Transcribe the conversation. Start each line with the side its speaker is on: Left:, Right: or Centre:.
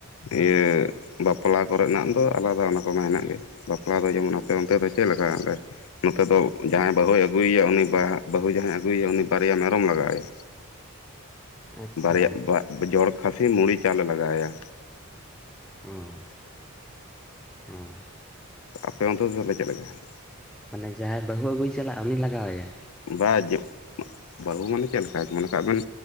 Left: ᱤᱭᱟᱹ ᱵᱟᱯᱞᱟ ᱠᱚᱨᱮᱱᱟᱜ ᱫᱚ ᱟᱞᱟᱫᱟ ᱚᱱᱟ ᱠᱚᱢᱟ ᱦᱮᱱᱟᱜ ᱜᱮ ᱵᱟᱯᱞᱟ ᱫᱚ ᱡᱮᱢᱚᱱ ᱟᱯᱮ ᱚᱱᱛᱮ ᱫᱚ ᱪᱮᱫ ᱞᱮᱠᱟ <unintelligible> ᱱᱚᱛᱮ ᱫᱚ ᱡᱟᱦᱟᱸᱭ ᱵᱟᱹᱦᱩᱭ ᱟᱹᱜᱩᱭᱮᱭᱟ ᱩᱱᱤ ᱵᱟᱹᱦᱩ ᱡᱟᱦᱟᱸᱭ ᱟᱹᱜᱩᱭᱮᱭᱟ ᱩᱱᱤ ᱵᱟᱨᱭᱟ ᱢᱮᱨᱚᱢ ᱞᱟᱜᱟᱣ ᱮᱭᱟ
Centre: ᱟᱪᱪᱷᱟ
Left: ᱵᱟᱨᱭᱟ ᱵᱟ ᱡᱚᱲ ᱠᱷᱟᱥᱤ ᱢᱩᱲᱤ ᱪᱟᱞᱮ ᱞᱟᱜᱟᱣᱟᱭᱟ
Centre: ᱚᱸ ᱚᱸ
Left: ᱟᱯᱮ ᱚᱱᱛᱮ ᱫᱚ ᱛᱟᱦᱮ ᱪᱮᱫ ᱞᱮᱠᱟ ᱦᱩᱭᱩᱜᱼᱟ?
Centre: ᱢᱟᱱᱮ ᱡᱟᱦᱟᱸᱭ ᱵᱟᱹᱦᱩ ᱟᱹᱜᱩᱭ ᱪᱟᱞᱟᱜᱼᱟ ᱩᱱᱤ ᱞᱟᱜᱟᱣᱟᱭᱟ
Left: ᱵᱟ <unintelligible> ᱵᱟᱹᱦᱩ ᱢᱟᱱᱮ ᱪᱮᱫ ᱞᱮᱠᱟ ᱢᱚᱱᱮ ᱠᱟᱜ ᱵᱮᱱ